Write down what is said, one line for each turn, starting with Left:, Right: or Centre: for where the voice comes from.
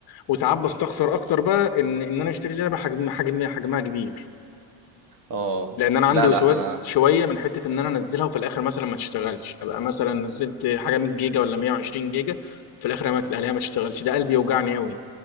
Left: وساعات بستخسر اكتر بقى ان ان انا اشتري لعبه حجم حجم حجمها كبير
Right: اه
Left: لان انا عندي
Right: لا
Left: وسواس
Right: لا انا
Left: شويه من حته ان انا انزلها وفي الاخر مثلا ما تشتغلش ابقى مثلا نزلت حاجه 100 جيجا ولا 120 جيجا في الاخر ما الاقيها ما تشتغلش ده قلبي يوجعني قوي